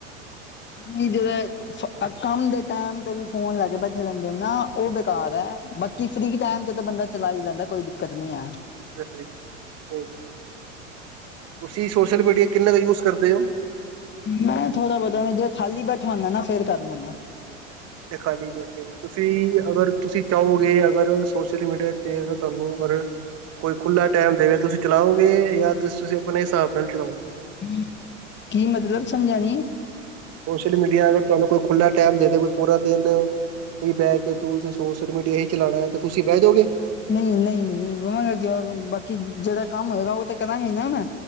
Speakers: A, on the left; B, on the right.
A: ਨੀਂ ਜੈਵੇ <unintelligible> ਸੱਭ, <unintelligible> ਕੰਮ ਦੇ ਟੈਮ, ਜਦੋਂ ਫੋਨ ਲੈ ਕੇ ਬੈਠੇ ਰਹਿੰਦੇ ਨਾ, ਉਹ ਬੇਕਾਰ ਐ, ਪਰ ਕਿਸੀ ਵੀ ਟੈਮ <unintelligible> ਜਦੋਂ ਬੰਦਾ ਚਲਾ ਈ ਜਾਂਦੈ, ਕੋਈ ਦਿੱਕਤ ਨਹੀਂ ਐ।
B: <inaudible> ਤੁਸੀ ਸੋਸ਼ਲ ਮੀਡੀਆ ਕਿੰਨਾ ਕੁ ਯੂਜ਼ ਕਰਦੇ ਓ।
A: ਮੈਂ ਥੋੜਾ ਬਹੁਤਾ, ਜੇ ਖਾਲੀ ਬੈਠਾ ਹੁੰਦਾ ਨਾ, ਫੇਰ ਕਰ ਲੈਣਾ।
B: ਤੇ ਖਾਲੀ ਬੈਠੇ, ਤੁਸੀਂ ਅਗਰ ਤੁਸੀਂ ਚਾਹੋਗੇ ਅਗਰ, ਸੋਸ਼ਲ ਮੀਡੀਆ ਤੇ ਤੁਹਾਨੂੰ ਪਰ, ਕੋਈ ਖੁੱਲਾ ਟਾਈਮ ਦੇਵੇ, ਤੁਸੀਂ ਚਲਾਓਗੇ ਜਾਂ ਤੁਸੀਂ ਤੁਸੀਂ ਆਪਣੇ ਹਿਸਾਬ ਨਾਲ ਚਲਾਓਗੇ?
A: ਹਮ <inaudible> ਕੀ ਮਤਲਬ ਸਮਝਾਯਾ ਨਹੀ?
B: ਸੋਸ਼ਲ ਮੀਡੀਆ ਅਰ, ਤੁਹਾਨੂੰ ਕੋਈ ਖੁੱਲ੍ਹਾ ਟਾਈਮ ਦੇ ਦੇ, ਪੂਰਾ ਦਿਨ ਕਹੇ ਬਹਿ ਕੇ ਤੂੰ ਸੋਸ਼ਲ ਮੀਡੀਆ ਹੀ ਚਲਾਣੈ, ਤੇ ਤੁਸੀਂ ਬਹਿ ਜੋਗੇ?
A: ਨਹੀਂ ਨਹੀਂ ਨਹੀਂ ਵਾਂਗਾ ਬਾਕੀ ਜਿਹੜਾ ਕੰਮ ਹੋਏਗਾ, ਉਹ ਤਾਂ ਕਰਾਂਗੇ ਨਾ, ਮੈਂ